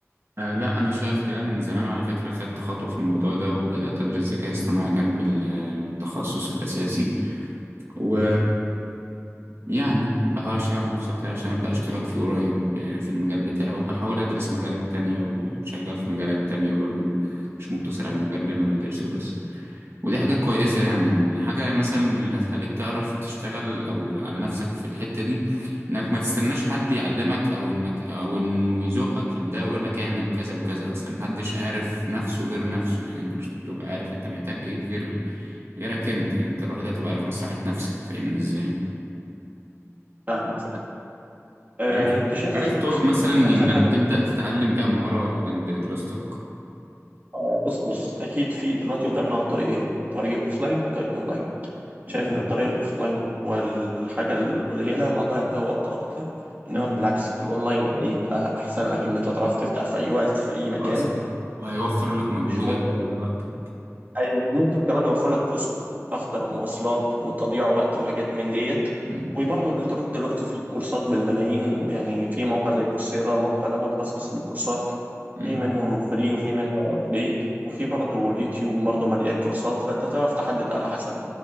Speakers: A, on the right; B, on the right.
A: آه لا انا شايف كده من زمان على فكره خدت خطوه في الموضوع ده وبدات ادرس ذكاء اصطناعي جنب ال- التخصص الاساسي و يعني بحاول اشتغل على نفسي اكتر عشان ابدا اشتغل فيه قريب آه، في المجال بتاعه وبحاول ادرس مجالات تانية وشغال في مجالات تانية برضو مش مقتصر على المجال اللي انا بدرسه بس ودي حاجة كويسة يعني وإن حاجة مثلا من اللي هتخليك تعرف تشتغل أو على نفسك في الحتة دي إنك ما تستناش حد يعلمك أو إنك أو إنه يزقك في البداية ويقول لك اعمل كذا وكذا أصل محدش عارف نفسه غير نفسه يعني أنت مش هتبقى عارف أنت محتاج إيه غير غيرك أنت أنت الوحيد اللي هتبقى عارف مصلحة نفسك فاهمني إزاي؟
B: فاهمك فاهم آه
A: عارف
B: انت شايف
A: عارف طرق مثلا
B: يعني
A: إنك
B: احسن حاجه في
A: تبدأ
B: الحاجات
A: تتعلم
B: دي؟
A: بيها مهارة جنب دراستك
B: آه بص بص اكيد في دلوقتي قدامنا طريقين طريق اوفلاين وطريق اونلاين
A: مم.
B: شايف ان الطريق الاوفلاين هو الحاجه القليله اللي هتضيع فيها وقت اكتر انما
A: مم.
B: بالعكس الاونلاين هيبقى احسن لك ان انت تعرف تفتح في اي وقت في اي مكان
A: وأسرع وهيوفر لك مجهودك
B: مش مهم
A: ووقتك
B: ايوه وممكن كمان يوفر لك فلوس اكتر مواصلات وتضييع وقت وحاجات من ديت
A: مم.
B: وبرضه الانترنت دلوقتي فيه كورسات بالملايين يعني في موقع زي كورسيرا الموقع ده منخصص بس بالكورسات
A: مم.
B: في منهم فري وفي منهم بيد وفي برضه اليوتيوب برضه مليان كورسات فانت تعرف تحدد على حسب